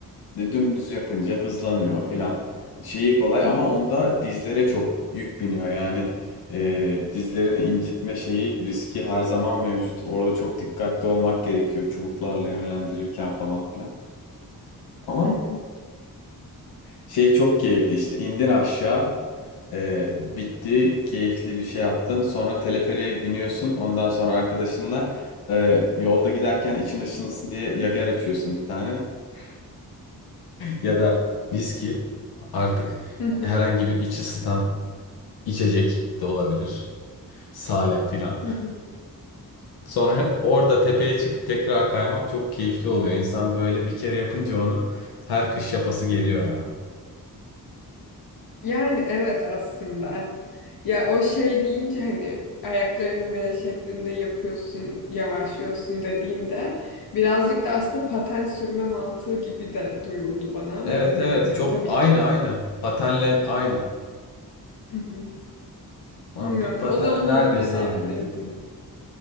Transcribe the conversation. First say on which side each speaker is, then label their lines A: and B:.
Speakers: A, on the left; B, on the left.
A: de- dümdüz yapınca hızlanıyor filan. Şeyi kolay
B: hı
A: ama
B: hı,
A: onda dizlere çok yük biniyor. Yani e, dizlerini incitme şeyi riski her zaman mevcut. Orada çok dikkatli olmak gerekiyor çubuklarla yönlendirirken falan filan. Ama
B: hı hı,
A: şey çok keyifli işte indin aşağı. Ee, bitti, keyifli bir şey yaptın. Sonra teleferiğe biniyorsun. Ondan sonra arkadaşınla e, yolda giderken için ışınılsın diye yager açıyorsun bir tane. <laughs> Ya da viski artık
B: hı hı,
A: herhangi bir iç ısıtan içecek de olabilir. Sale filan.
B: hı hı.
A: Sonra orada tepeye çıkıp tekrar kaymak çok keyifli oluyor. İnsan böyle bir kere yapınca onu her kış yapası geliyor ya.
B: Yani evet aslında. Ya o şey deyince hani ayaklarını V şeklinde yapıyorsun, yavaşlıyorsun dediğinde birazcık da aslında paten sürme mantığı gibi de duyuldu bana ama
A: Evet
B: bilmiyorum
A: evet
B: hani
A: çok
B: tabii
A: aynı
B: ki.
A: aynı. Patenle aynı.
B: Hı hı.
A: Mantık
B: Bilmiyorum.
A: patenle
B: O zaman
A: neredeyse
B: onu deneyebilirdim.
A: aynı diyeyim.